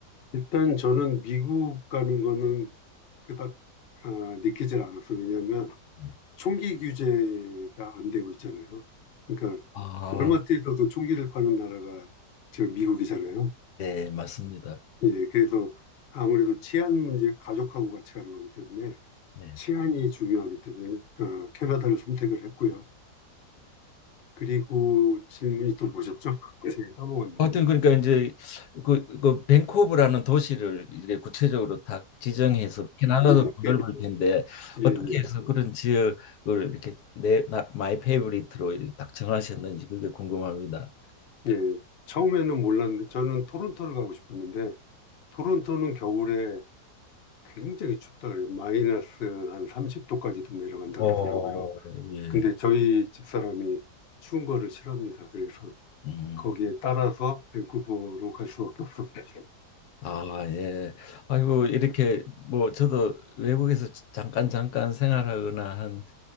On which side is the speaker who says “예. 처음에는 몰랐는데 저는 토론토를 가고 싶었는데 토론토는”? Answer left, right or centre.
Left